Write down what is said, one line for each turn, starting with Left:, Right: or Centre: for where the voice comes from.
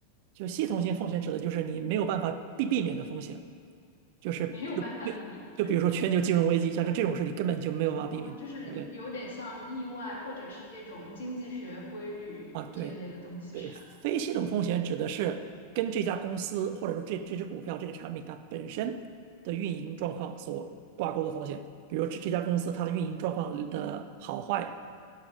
Right: 就系统性风险指的就是你没有办法避避免的风险，
Left: 哦，
Right: 就是就就就比如说全球金融危机，
Left: 没有办法避免。
Right: 像这种事你根本就没有办法避免，
Left: 哦，就是有点像意外，
Right: 对不对？
Left: 或者是这种经济学规律这类的东西，
Right: 啊，对，对，
Left: 是吧？
Right: 非系统风险指的是跟这家公司或者说这这只股票这个产品它本身的运营状况所挂钩的风险，比如这这家公司它的运营状况的好坏